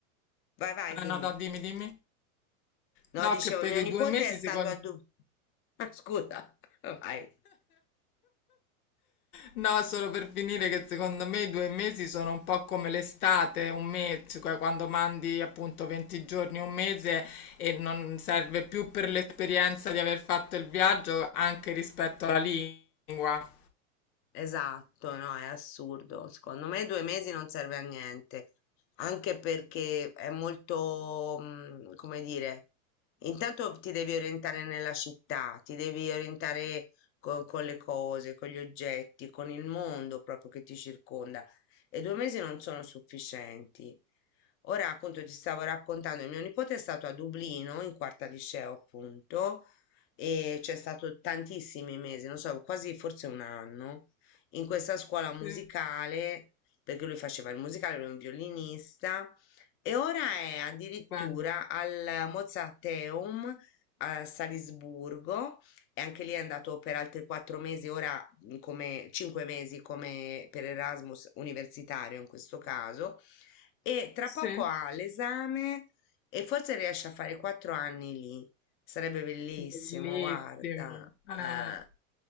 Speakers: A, on the left; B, on the left.
A: vai, vai,
B: Eh,
A: dimmi.
B: no, no, dimmi, dimmi.
A: No,
B: No,
A: dicevo,
B: che per
A: mio
B: i
A: nipote
B: due mesi
A: è stato
B: secondo...
A: a Du ah, <laughs> scusa, <laughs> vai.
B: No, solo per finire che secondo me i due mesi sono un po' come l'estate, un mese, cioè quando mandi appunto 20 giorni, un mese e non serve più per l'esperienza di aver fatto il viaggio anche rispetto alla lingua.
A: Esatto, no, è assurdo. Secondo me due mesi non serve a niente, anche perché è molto, mm, come dire, intanto ti devi orientare nella città, ti devi orientare co- con, le cose, con gli oggetti, con il mondo proprio che ti circonda. E due mesi non sono sufficienti. Ora, appunto, ti stavo raccontando, mio nipote è stato a Dublino, in quarta liceo, appunto, e c'è stato tantissimi mesi, non so, quasi forse un anno in questa scuola musicale,
B: Sì,
A: perché lui faceva il musicale, lui è un violinista, e ora è addirittura
B: stupendo.
A: al Mozarteum a Salisburgo, e anche lì è andato per altri quattro mesi, ora mh, come cinque mesi come per Erasmus universitario in questo caso, e tra
B: Sì.
A: poco ha l'esame e forse riesce a fare quattro anni lì. Sarebbe bellissimo,
B: Bellissimo.
A: guarda.
B: Eh,
A: eh.